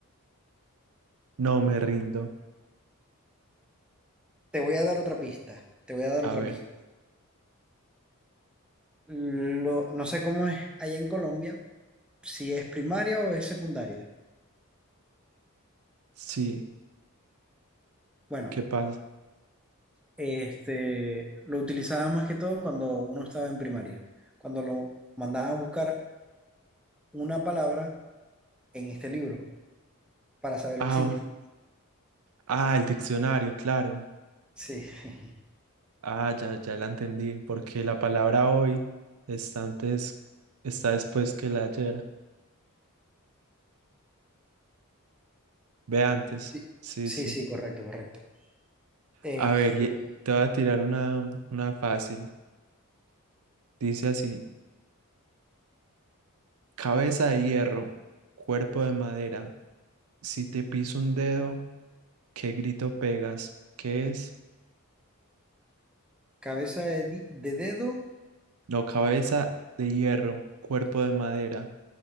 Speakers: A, on the right; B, in the centre.
A: No me rindo.
B: Te voy a dar otra pista. Te voy a dar
A: A
B: otra
A: ver,
B: pista. Lo, no sé cómo es allá en Colombia, si es primaria o es secundaria.
A: sí,
B: Bueno,
A: ¿qué pasa?
B: este, lo utilizaba más que todo cuando uno estaba en primaria, cuando lo mandaban a buscar una palabra en este libro para saber
A: Ah,
B: el significado.
A: ah, el diccionario, claro.
B: Sí, <laughs>
A: Ah, ya, ya la entendí, porque la palabra hoy está antes, está después que la ayer. Ve antes.
B: sí,
A: Sí,
B: sí,
A: sí.
B: sí, correcto, correcto. Este,
A: A ver, y- te voy a tirar una, una fácil. Dice así, cabeza de hierro, cuerpo de madera. Si te piso un dedo ¿Qué grito pegas? ¿Qué es?
B: cabeza de, di- de dedo,
A: No, cabeza de hierro, cuerpo
B: Cabeza-
A: de madera.